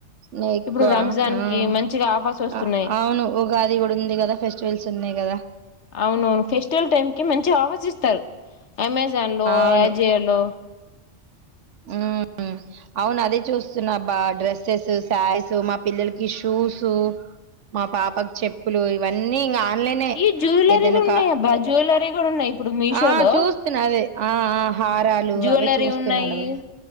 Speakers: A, on the right (about 75°); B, on the left (about 70°).
A: నే ఎక్కువ
B: ఇప్పుడు రంజాన్
A: ఆహ్
B: కి మంచిగా ఆఫర్స్ వస్తున్నాయి
A: అ అవును ఉగాది గూడా ఉంది గదా ఫెస్టివల్స్ ఉన్నాయ్ గదా
B: అవునవును ఫెస్టివల్ టైం కి మంచి ఆఫర్స్ ఇస్తారు. అమెజాన్ లో
A: అవును
B: యజియలో
A: ఉమ్ అవును అదే చూస్తున్నా అబ్బా డ్రెస్సెస్ శారీస్ మా పిల్లలకి షూస్ మా పాపకి చెప్పులు ఇవన్నీ ఇంగ. ఆన్లైనే
B: ఈ జ్యువెలరీ
A: ఏదైనా
B: గూడా ఉన్నాయ్
A: కా
B: అబ్బా జ్యువెలరీ గూడా ఉన్నాయ్ ఇప్పుడు మీషో
A: ఆ
B: లో.
A: చూస్తున్నా అదే ఆ ఆ హారాలు
B: జ్యవెలరీ
A: అవే చూస్తున్నాను
B: ఉన్నాయి
A: అవి